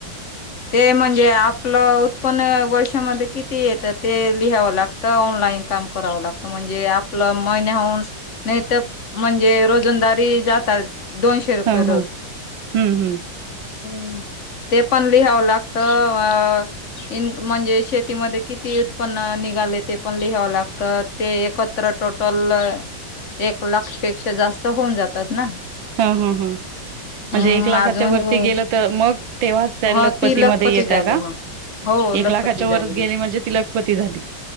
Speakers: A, on the left (about 45°); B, on the right (about 80°).
A: ते म्हणजे आप आपलं उत्पन्न वर्षामध्ये किती येतं ते लिहावं लागतं ऑनलाईन काम करावं लागतं म्हणजे आपलं महिन होन नाही तर म्हणजे रोजंदारी जातात दोनशे रुपये
B: ह
A: रोज
B: ह हम्म हम्म
A: हम् ते पण लिहावं लागत अ इन म्हणजे श किती उत्पन्न निघाले ते पण लिहावं लागतं ते तर टोटल एक लाखपेक्षा जास्त होऊन जातात ना
B: हा हा हा म्हणजे
A: हम्म
B: एक लाखाच्या
A: अजून
B: वरती
A: हे
B: गेलं तर मग तेव्हाच लकपतीमध्येध्ये
A: ह ती लखपती
B: येतय
A: झाली
B: का
A: मग हो
B: एक
A: लखपती
B: लाखाच्या
A: झाली
B: वरात
A: मी
B: गेली म्हणजे तिलखपती झाली